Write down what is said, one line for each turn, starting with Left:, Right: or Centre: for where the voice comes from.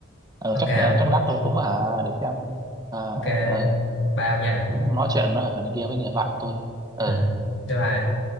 Right: ờ,
Left: ok
Right: chắc
Left: không
Right: ờ, chắc lát tôi cũng hả để xem ờ
Left: ok
Right: ờ,
Left: bao nha
Right: cũng nói chuyện nó hả này kia với người bạn của tôi ờ
Left: ừ bye bye